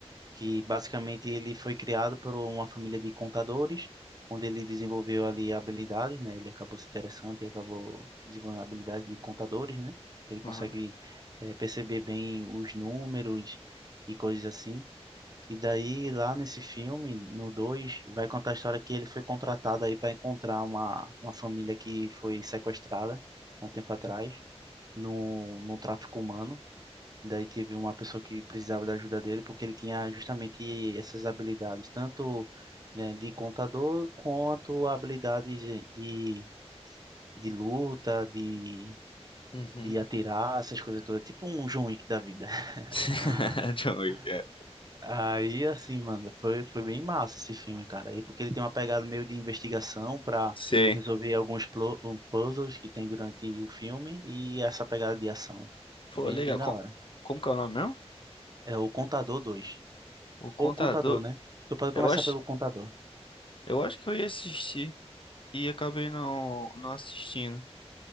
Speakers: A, on the right (about 35°); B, on the left (about 50°).
A: que basicamente ele foi criado por uma família de contadores, onde ele desenvolveu ali habilidades, né? Ele acabou se interessando e acabou desenvolvendo habilidades de contadores, né? Ele consegue
B: Ah,
A: eh, perceber bem os números e coisas assim. E daí, lá nesse filme, no 2 vai contar a história que ele foi contratado aí para encontrar uma, uma família que foi sequestrada há um tempo atrás, no, no tráfico humano. Daí teve uma pessoa que precisava da ajuda dele, porque ele tinha justamente essas habilidades, tanto, né, de contador, quanto habilidades de, de, de luta, de,
B: uhum.
A: de atirar, essas coisas todas. Tipo um John Wick da vida.
B: <laughs>
A: <laughs>
B: John Wick, é.
A: Aí, assim, mano, foi, foi bem massa esse filme, cara. E porque ele tem uma pegada meio de investigação pra
B: Sei.
A: resolver alguns plo- um, puzzles que tem durante o filme e essa pegada de ação.
B: Pô,
A: É bem,
B: legal.
A: bem da
B: Com-
A: hora.
B: como que é o nome mesmo?
A: É o Contador dois
B: O Contador.
A: Ou contador, né? Tu pode
B: Eu
A: começar
B: acho,
A: pelo contador,
B: eu acho que eu ia assistir e acabei não, não assistindo.